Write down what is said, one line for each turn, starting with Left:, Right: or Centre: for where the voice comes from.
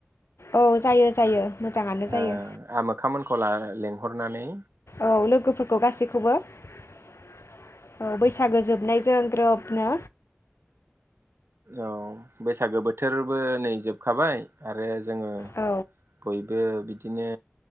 Left: औ जायो जायो। मोजाङानो जायो
Right: ओ आमोखा मोनखौ लानानै लेंहरनानै
Left: औ लोगोफोरखौ गासैखौबो औ बैसागो जोबनायजों ग्रोबनो
Right: औ बैसागो बोथोरबो नै जोबखाबाय आरो जोङो
Left: औ
Right: बयबो बिदिनो